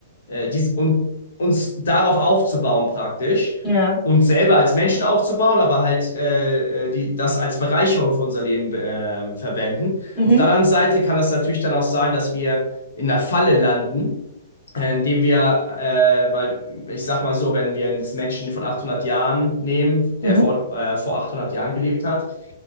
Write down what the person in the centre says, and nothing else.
Ja.
Mhm.
Mhm.